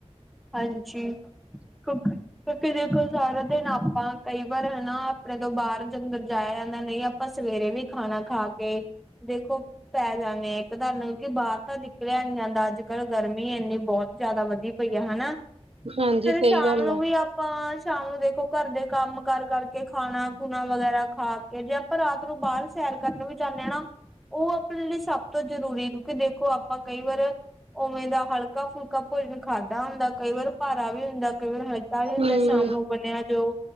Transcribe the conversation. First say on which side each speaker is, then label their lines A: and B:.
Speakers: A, in the centre; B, on the right.
A: ਹਾਂਜੀ, ਕਿ ਕਿਉਂਕਿ ਦੇਖੋ ਸਾਰਾ ਦਿਨ ਆਪਾਂ ਕਈ ਵਾਰ ਹਨਾ, ਆਪਣੇ ਤੋਂ ਬਾਹਰ ਅੰਦਰ ਜਾਇਆ ਜਾਂਦਾ ਨਹੀਂ ਆਪਾਂ ਸਵੇਰੇ ਵੀ ਖਾਣਾ ਖਾ ਕੇ, ਦੇਖੋ ਪੈ ਜਾਂਦੇ ਆ ਇੱਕ ਤੁਹਾਨੂੰ ਬਾਹਰ ਤਾਂ ਨਿਕਲਿਆ ਨੀ ਜਾਂਦਾ ਅੱਜ ਅੱਜ-ਕਲ੍ਹ ਗਰਮੀ ਇੰਨੀ ਬਹੁਤ ਜਿਆਦਾ ਵਧੀ ਪਈ ਆ ਹਨਾ।
B: ਹਾਂਜੀ
A: ਫਿਰ
B: ਸਹੀ
A: ਸ਼ਾਮ
B: ਗੱਲ
A: ਨੂੰ
B: ਆ
A: ਵੀ ਆਪਾਂ ਸ਼ਾਮ ਨੂੰ ਦੇਖੋ ਘਰ ਦੇ, ਕੰਮ ਕਰ ਕਰਕੇ ਖਾਣਾ ਖੂਣਾ ਵਗੈਰਾ ਖਾ ਕੇ ਜੇ ਆਪਾਂ ਰਾਤ ਨੂੰ ਬਾਹਰ ਸੈਰ ਕਰਨ ਵੀ ਚਾਹੁੰਦੇ ਹਾਂ ਨਾ, ਉਹ ਆਪਣੇ ਲਈ ਸਭ ਤੋਂ ਜ਼ਰੂਰੀ ਹੈ, ਕਿਉਂਕਿ ਦੇਖੋ ਆਪਾਂ ਕਈ ਵਾਰ ਉਵੇਂ ਦਾ ਹਲਕਾ-ਫੁਲਕਾ ਭੋਜਨ ਖਾਧਾ ਹੁੰਦਾ ਕਈ ਵਾਰ ਭਾਰਾ ਵੀ ਹੁੰਦਾ ਕਈ ਵਾਰ ਹਲ ਕਾਹੀ ਹੁੰਦਾ
B: ਹੂੰ
A: ਸ਼ਾਮ ਨੂੰ ਬਣਿਆ ਜਾਓ